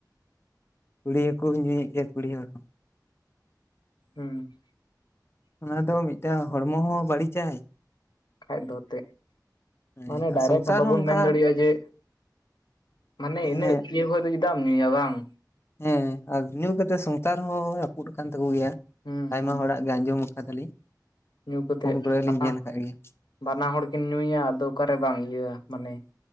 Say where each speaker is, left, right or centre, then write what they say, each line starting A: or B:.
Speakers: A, on the left; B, on the left.
A: ᱠᱩᱲᱤ ᱦᱚᱠᱚ ᱧᱩᱭᱮᱫ ᱜᱮᱭᱟ ᱠᱩᱲᱤ ᱦᱚᱲ ᱦᱚᱸ
B: ᱦᱩᱸ
A: ᱚᱱᱟ ᱫᱚ ᱢᱤᱫᱴᱟᱝ ᱦᱚᱲᱢᱚ ᱦᱚᱸ ᱵᱟᱹᱲᱤᱡᱟᱭ
B: ᱠᱷᱟᱱ ᱫᱚ ᱮᱱᱛᱮᱫ
A: ᱦᱮᱸ
B: ᱢᱟᱱᱮ ᱰᱟᱭᱨᱮᱠᱴ
A: ᱥᱚᱝᱥᱟᱨ
B: ᱦᱚᱸ ᱵᱟᱵᱚᱱ
A: ᱚᱱᱠᱟ
B: ᱢᱮᱱ ᱫᱟᱲᱮᱭᱟᱜᱼᱟ ᱡᱮ ᱢᱟᱱᱮ ᱤᱱᱟᱹᱜ
A: ᱦᱮᱸ
B: ᱤᱭᱟᱹ ᱠᱷᱚᱡᱽ ᱫᱚ ᱪᱩᱮᱫᱟᱜ ᱮᱢ ᱧᱩᱭᱟ ᱵᱟᱝ
A: ᱦᱮᱸ ᱟᱨ ᱧᱩ ᱠᱟᱛᱮᱜ ᱥᱚᱝᱥᱟᱨ ᱦᱚᱸ ᱨᱟᱹᱯᱩᱫ ᱟᱠᱟᱱ ᱛᱟᱠᱚ ᱜᱮᱭᱟ
B: ᱦᱩᱸ
A: ᱟᱭᱢᱟ
B: ᱦᱩᱸ
A: ᱦᱚᱲᱟᱜ ᱜᱮ ᱟᱸᱡᱚᱢ ᱟᱠᱟᱫᱟᱞᱤᱧ
B: ᱧᱩ ᱠᱟᱛᱮᱜ
A: ᱯᱷᱳᱱ ᱠᱚᱨᱮ ᱦᱚᱸ
B: ᱵᱟᱱᱟ
A: ᱞᱤᱧ ᱧᱮᱞ ᱟᱠᱟᱫ ᱜᱮᱭᱟ᱾
B: ᱵᱟᱱᱟ ᱦᱚᱲ ᱠᱤᱱ ᱧᱩᱭᱟ ᱟᱫᱚ ᱚᱠᱟᱨᱮ ᱵᱟᱝ ᱤᱭᱟᱹᱼᱟ ᱢᱟᱱᱮ